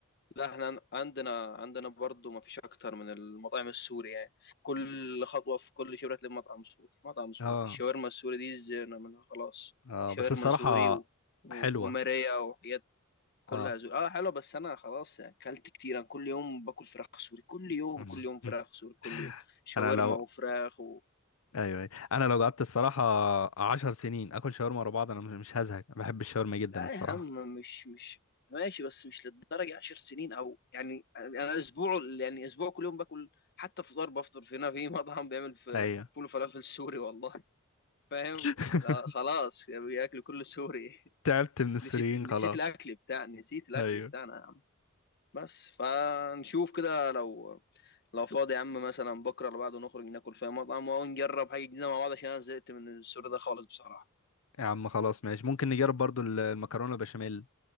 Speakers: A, on the left (about 50°); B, on the left (about 80°).
A: لا احنا عن- عندنا عندنا برضو ما فيش اكتر من المطاعم السوري يعني في كل خطوه في كل شبرة تلاقي مطعم سوري مطعم سوري
B: اه
A: الشاورما السوري دي زهقنا منها خلاص
B: اه
A: شاورما
B: بس الصراحه
A: سوري و... و...
B: حلوه
A: وماريا وحاجات كلها
B: اه
A: زوري. اه حلو بس انا خلاص يعني اكلت كتير انا كل يوم باكل فراخ سوري كل يوم
B: <laughs>
A: كل يوم فراخ سوري كل يوم شاورما
B: انا لو
A: وفراخ
B: ايوه أيوة. انا لو قعدت الصراحه عشر سنين اكل شاورما ورا بعض انا مش مش هزهق بحب الشاورما جدا
A: لا
B: الصراحه
A: يا عم مش مش ماشي بس مش للدرجة عشر سنين او يعني انا اسبوع يعني اسبوع كل يوم باكل حتى فطار بفطر في هنا في مطعم بيعمل في
B: ايوه
A: فول وفلافل سوري والله فاهم
B: <laughs>
A: لا خلاص بياكل كل سوري <laughs>
B: تعبت من السوريين
A: نسيت نسيت
B: خلاص
A: الاكل بتاع نسيت الاكل
B: ايوه
A: بتاعنا يا عم بس فنشوف كده لو لو فاضي يا عم مثلا بكره اللي بعده نخرج ناكل في مطعم ونجرب حاجه جديده مع بعض عشان انا زهقت من السوري ده خالص بصراحه
B: يا عم خلاص ماشي ممكن نجرب برضو ال- المكرونة البشاميل